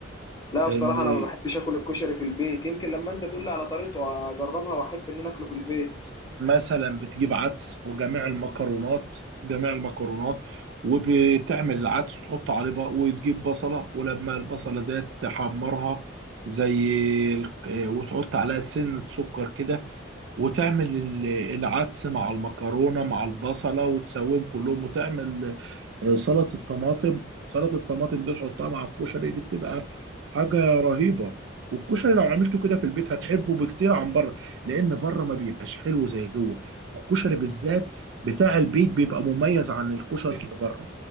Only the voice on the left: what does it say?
لا
بصراحة أنا ما بحبش آكل الكشري في البيت يمكن لما أنت تقول لي على طريقته أجربها وأحب إن أنا آكله في البيت